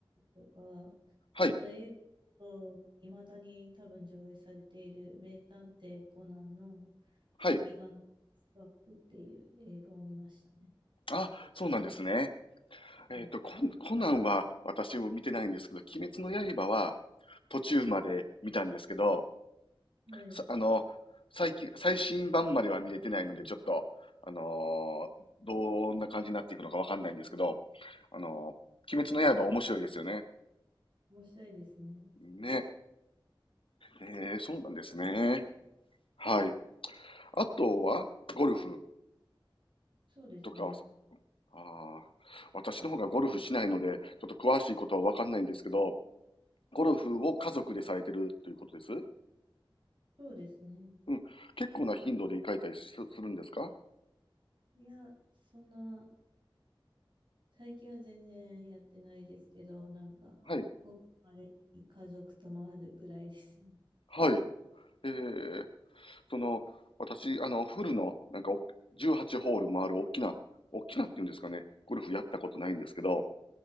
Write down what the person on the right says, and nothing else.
とか、
あと映画と、いまだに多分上映されている名探偵コナンの赤眼
バックっていう映画を見ましたね。
はい。
はい
面白いですね。
そうですね。
そうですね。
いや、そんな、最近は全然やってないですけど、なんか、
ごくまれに家族と回るぐらいですね。